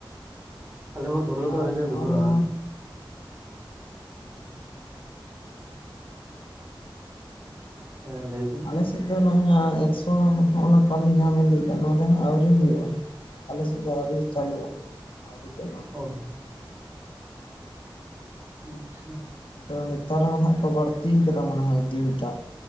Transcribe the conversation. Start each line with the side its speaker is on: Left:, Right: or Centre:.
Right: ᱟᱞᱮ ᱦᱚᱸ ᱫᱷᱩᱨᱟᱣ ᱫᱚ
Left: ᱟᱨ
Right: ᱟᱨᱤ ᱞᱮ
Left: ᱦᱚᱸᱜᱼᱚ
Right: ᱫᱷᱩᱨᱟᱜᱼᱟ᱾
Left: ᱱᱚᱣᱟ <inaudible>
Right: ᱦᱮᱸ ᱞᱟᱹᱭ ᱵᱤᱱ
Left: ᱟᱞᱮ ᱟᱞᱮ ᱥᱮᱫ ᱫᱚ ᱱᱚᱜ ᱱᱚᱣᱟ ᱮᱠᱥᱚ ᱦᱚᱸᱜᱱᱟ ᱠᱟᱹᱢᱤ ᱡᱟᱦᱟᱸ ᱵᱮᱱ ᱞᱟᱹᱭᱫᱟ ᱱᱚᱣᱟ ᱫᱚ ᱦᱟᱸᱜ ᱟᱹᱣᱨᱤ ᱦᱩᱭᱩᱜᱼᱟ ᱟᱞᱮ ᱥᱮᱫ ᱟᱹᱣᱨᱤ ᱪᱟᱹᱞᱩᱜᱼᱟ ᱟᱹᱣᱨᱤ ᱯᱮ
Right: ᱦᱚ ᱟᱪᱪᱷᱟ
Left: ᱟᱫᱚ ᱱᱮᱛᱟᱨ ᱦᱚᱸ ᱦᱟᱜ ᱠᱚ ᱵᱟᱹᱲᱛᱤ ᱟᱠᱟᱫᱟ ᱢᱚᱱᱮ ᱦᱚᱭ ᱫᱤᱱᱴᱟᱜ᱾